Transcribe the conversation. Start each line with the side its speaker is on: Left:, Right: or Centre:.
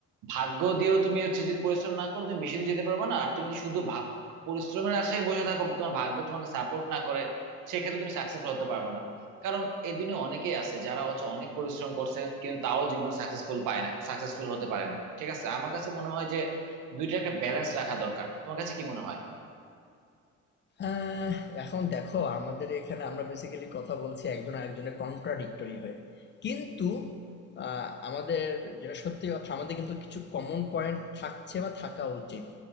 Right: ভাগ্য দিয়েও তুমি হচ্ছে যদি পরিশ্রম না করো তুমি বেশি দূর যেতে পারবে না আর তুমি যদি শুধু ভাব পরিশ্রমের আশায় বসে থাকো তোমার ভাগ্য তোমাকে সাপোর্ট না করে সেক্ষেত্রে তুমি সাকসেসফুল হতে পারবে না কারণ এই দুনিয়া অনেকেই আছে যারা হচ্ছে অনেক পরিশ্রম করছে কিন্তু তাও জীবনে সাকসেসফুল পায় না সাকসেসফুল হতে পারে না ঠিক আছে আমার কাছে মনে হয় যে দুইটা একটা ব্যালেন্স রাখা দরকার তোমার কাছে কি মনে হয়
Left: আহ এখন দেখো আমাদের এখানে আমরা বেসিক্যালি কথা বলছি একজন আরেকজনের কন্ট্রাডিক্টরি হয়ে কিন্তু আহ, আমাদের যেটা সত্যি কথা আমাদের কিন্তু কিছু কমন পয়েন্ট থাকছে বা থাকা উচিত